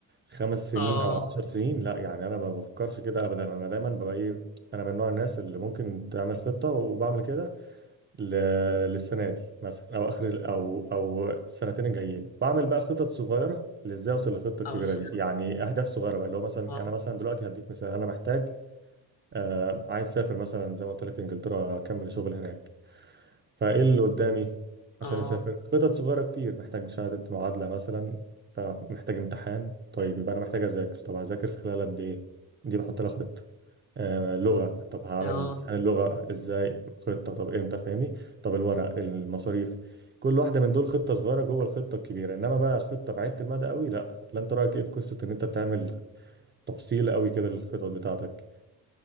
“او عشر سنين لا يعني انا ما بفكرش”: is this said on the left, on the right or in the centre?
Right